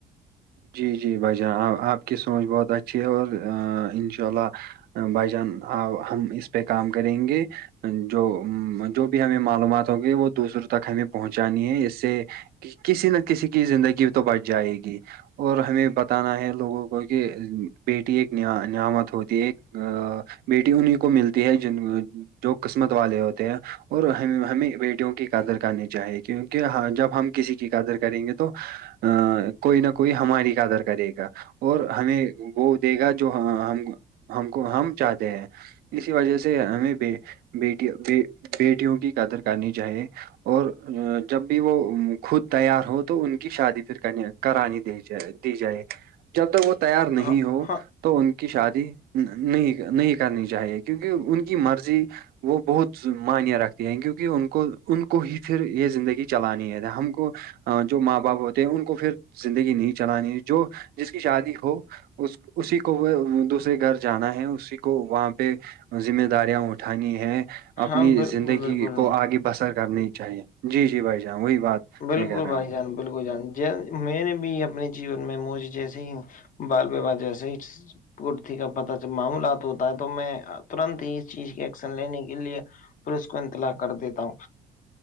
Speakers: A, on the right (about 65°); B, on the left (about 50°).
A: جی جی بھائی جان آپ کی سوچ بہت اچھی ہے اور انشاء اللہ بھائی جان ہم اس پہ کام کریں گے جو جو بھی ہمیں معلومات ہوں گی وہ دوسروں تک ہمیں پہنچانی ہے اس سے کہ کسی نہ کسی کی زندگی تو بچ جائے گی اور ہمیں بتانا ہے لوگوں کو کہ بیٹی ایک نعمت ہوتی ہے ایک بیٹی انہیں کو ملتی ہے جن جو قسمت والے ہوتے ہیں اور ہم ہمیں بیٹیوں کی قدر کرنی چاہیے کیونکہ جب ہم کسی کی قدر کریں گے تو ا کوئی نہ کو کوئی ہماری کادر کرے گا اور ہمیں وہ دے گا جو ہم ہم کو ہم چاہتے ہیں اسی وجہ سے ہمیں بیٹی بیٹیوں کی قدر کرنی چاہیے اور جب بھی وہ خود تیار ہو تو ان کی شادی پ کرانی جائے دی جائے جب تک وہ تیار نہیں
B: ہاں
A: ہو
B: ہاں
A: تو ان کی شادی نہیں نہیں کرنی چاہیے کیونکہ ان کی مرضی وہ بہت مانیہ رکھتی ہیں کیونکہ ان کو ان کو ہی پھر یہ زندگی چلانی ہے ہم کو جو ماں باپ ہوتے ہیں ان کو پھر زندگی نہیں چلانی جو جس کی شادی ہو اس اسی کو وہ دوسرے گھر جانا ہے اسی کو وہاں پہ ذمہ داریاں اٹھانی ہے اپنی
B: ہاں بالکل
A: زندگی
B: بالکل
A: کو آگے بسر کرنی چاہیے جی جی بھائی جان وہی بات
B: بالکل
A: میں کہہ رہا
B: بھائی
A: ہوں
B: جان بالکل جان میں نے بھی اپنے جیون میں موج جیسے ہی بال وواہ جیسے ہی کٹتی کا پتا چ معاملات ہوتا ہے تو میں ترنت ہی اس چیز کے ایکشن لینے کے لیے پ اس کو انتلا کر دیتا ہوں